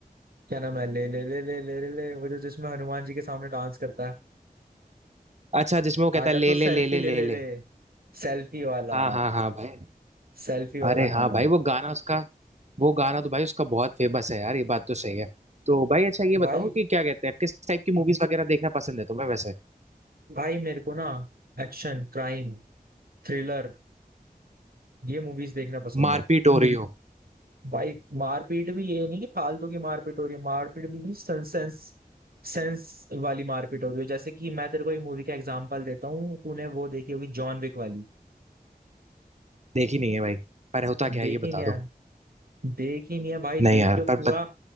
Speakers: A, on the right (about 75°); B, on the right (about 45°).
A: क्या नाम है ले ले ले ले ले ले ले वो जो जिसमें हनुमान जी के सामने डांस करता है
B: अच्छा जिसमें वो कहता
A: आजा
B: है ले
A: तू सेल्फी
B: ले ले ले
A: ले
B: ले
A: ले
B: ले
A: रे सेल्फी वाला
B: हाँ हाँ हाँ भाई
A: सेल्फी वाला
B: अरे हाँ
A: गाना
B: भाई वो गाना उसका वो गाना तो भाई उसका बहुत फेमस है यार ये बात तो सही है तो भाई अच्छा ये बताओ
A: भाई
B: कि क्या कहते हैं किस टाइप की मूवीज वगैरह देखना पसंद है तुम्हें वैसे
A: भाई मेरे को ना एक्शन क्राइम थ्रिलर ये मूवीज देखना पसंद
B: मारपीट
A: है
B: हो रही हो
A: भाई मारपीट भी ये नहीं कि फालतू की मारपीट हो रही है मारपीट भी सेंस सेंस वाली मारपीट हो रही है जैसे कि मैं तेरे को एक मूवी का एग्जांपल देता हूँ तूने वो देखी होगी जॉन विक वाली
B: देखी नहीं है भाई पर होता क्या
A: देखी
B: है ये बता
A: नहीं
B: दो
A: है देखी नहीं है भाई देखियो
B: नहीं यार पर
A: पूरा
B: बत,